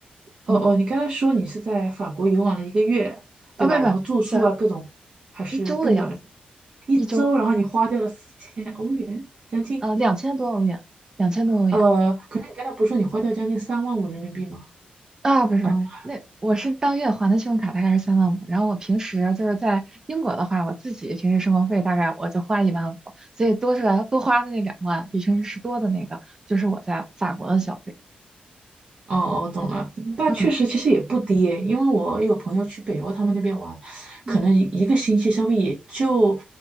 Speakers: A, on the right (about 40°); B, on the right (about 20°).
A: 哦哦，
B: 嗯，
A: 你刚才说你是在法国游玩了一个月，对吧？
B: 哦，不不，
A: 然后住宿啊，
B: 是
A: 各种还是更短的，
B: 一周的样子。
A: 一周，
B: 一周
A: 然后你花掉了四千欧元，将近，
B: 呃，两千多欧元，两千多欧元
A: 呃，可是你刚才不是说你花掉将近三万五人民币吗？
B: 啊，不是，
A: 嗯。
B: 那我是当月还的信用卡大概是三万五，然后我平时就是在英国的话，我自己平时生活费大概我就花一万五，所以多出来多花的那两万，比平时是多的那个，就是我在法国的消费。
A: 哦哦，懂了。那确实，
B: 嗯
A: 其实也不低诶，因为我有朋友去北欧他们那边玩，可能一一个星期消费也就，
B: 嗯